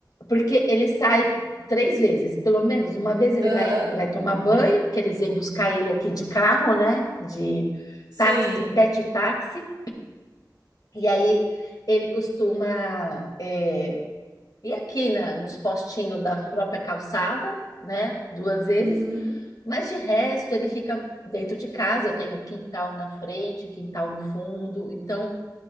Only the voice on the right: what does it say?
Aham.
Sim.
Uhum.